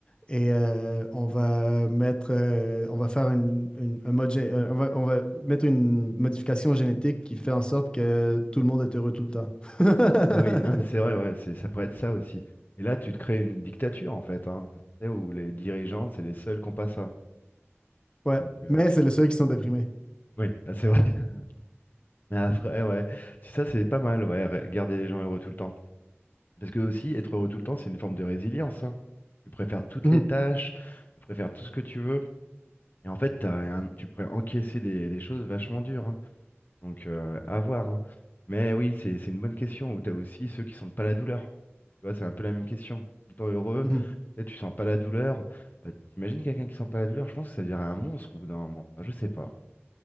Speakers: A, on the left (about 20°); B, on the left (about 40°).
A: et euh, on va mettre, euh, on va faire une, une- un mode gé- euh, on va, on va mettre une modification génétique qui fait en sorte que tout le monde est heureux tout le temps. <laughs>
B: Ah oui, non mais c'est vrai, ouais, c'est, ça pourrait être ça aussi. Et là, tu te crées une dictature en fait, hein, tu sais, où les dirigeants, c'est les seuls qui n'ont pas ça.
A: Ouais,
B: Donc, euh,
A: mais
B: puis-
A: c'est les seuls qui sont déprimés.
B: oui, là, c'est vrai. <laughs> Mais après, ouais, Tu ça c'est pas mal, ouais, re- garder les gens heureux tout le temps. Parce que aussi, être heureux tout le temps, c'est une forme de résilience, hein. Tu préfères toutes
A: Mhm.
B: les tâches, tu préfères tout ce que tu veux. Et en fait, t'as un- tu pourrais encaisser des, des choses vachement dures, hein. Donc, euh, à voir, hein. Mais oui, c'est c'est une bonne question où tu as aussi ceux qui sentent pas la douleur. Tu vois, c'est un peu la même question. Tout le temps heureux,
A: Mhm.
B: tu sais, tu sens pas la douleur. Euh, t'imagines quelqu'un qui sent pas la douleur, je pense que ça dirait un monstre au bout d'un moment. Enfin, je sais pas.